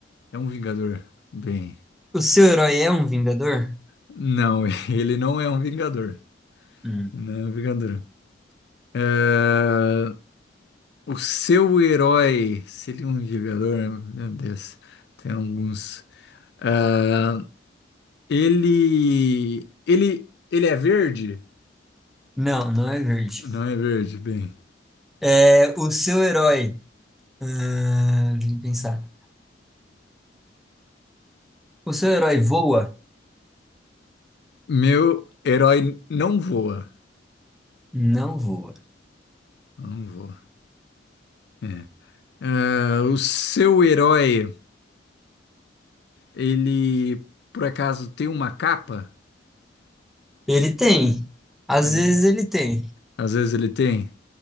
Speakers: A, on the left (about 60°); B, in the centre.
A: É um Vingador. Bem,
B: O seu herói é um Vingador?
A: não, <laughs> ele não é um Vingador.
B: Hum.
A: Não é um Vingador. É, O seu herói seria um jogador? Meu Deus, tem alguns. Ah, ele, ele, ele é verde?
B: Não, não é verde.
A: Não é verde, bem.
B: É, o seu herói. ah, deixa eu pensar. O seu herói voa?
A: Meu herói não voa.
B: Não voa.
A: Não voa. É. Ah, o seu herói, ele por acaso tem uma capa?
B: Ele tem. Às
A: Ele-
B: vezes ele tem.
A: às vezes ele tem.